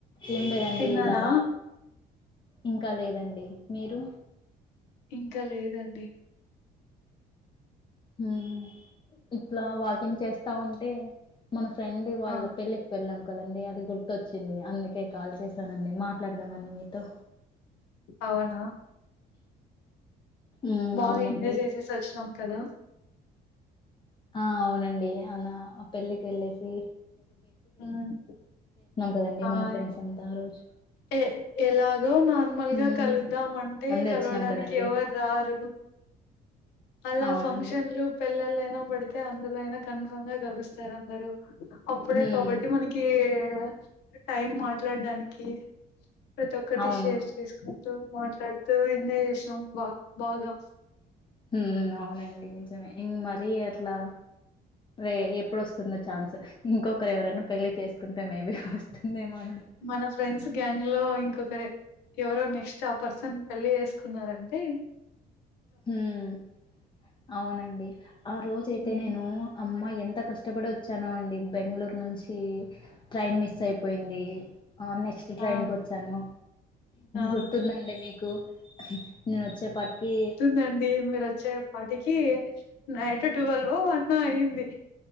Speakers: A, on the left (about 30°); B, on the left (about 85°).
A: ఏం లేదండి
B: తిన్నారా
A: ఇలా ఇంకా లేదండి మీరు
B: ఇంకా లేదండి
A: హుమ్ ఇట్లా వాకింగ్ చేస్తా ఉంటే మన ఫ్రెండ్ వాళ్ళ
B: ఆ!
A: పెళ్లికి వెళ్ళాం కదండీ అది గుర్తొచ్చింది అందుకే కాల్ చేశానండి మాట్లాడదామని మీతో
B: అవునా
A: హ్మ్
B: బాగా
A: అవునండి
B: ఎంజాయ్ చేసేసి వచ్చినాం కదా
A: ఆ అవునండి అలా పెళ్లికెళ్లేసి
B: ఉమ్
A: కదండి
B: అయ్
A: మన ఫ్రెండ్స్ అంతా ఆ రోజు
B: ఎ ఎలాగో నార్మల్గా
A: హ్మ్
B: కలుద్దామంటే
A: మంది
B: కలవడానికి
A: వచ్చినాం కదండి
B: ఎవర్రారు అలా
A: అవునండి
B: ఫంక్షన్లు పెల్ ల్లలయినా పడితే అందులో అయినా కన్ఫామ్గా కలుస్తారు అందరూ అప్పుడే
A: హ్మ్
B: కాబట్టి మనకీ <unintelligible> టైం మాట్లాడ్డానికి ప్రతొక్కటి
A: అవును
B: షేర్ చేసుకు తు మాట్లాడుతూ ఎంజాయ్ జేసినాం బా బాగా
A: మ్మ్ అవునండి నిజమే ఇన్ మరీ అట్లా రే ఎప్పుడొస్తుందో ఛాన్స్ ఇంకొకరెవరన్న పెళ్లి చేసుకుంటే మేబీ వస్తుందేమో అండి
B: మన ఫ్రెండ్స్ గ్యాంగ్లో ఇంకొకరే ఎవరో నెక్స్ట్ ఆ పర్సన్ పెళ్ళి జేస్కున్నారంటే
A: మ్ అవునండి. ఆ రోజైతే
B: హ్మ్
A: నేను అమ్మాయి ఎంత కష్టపడొచ్చానో అండి బెంగళూరు నుంచీ ట్రైన్ మిస్సయిపోయింది ఆ నెక్స్ట్
B: ఆ
A: ట్రైన్కొచ్చాను
B: ఆ
A: గుర్తుందండి మీకు నేనొచ్చేప్పాటికి
B: దాన్తెముంది మీరు వచ్చే పాటిక్ కీ నైట్ టువెల్ ఓ వన్నో అయింది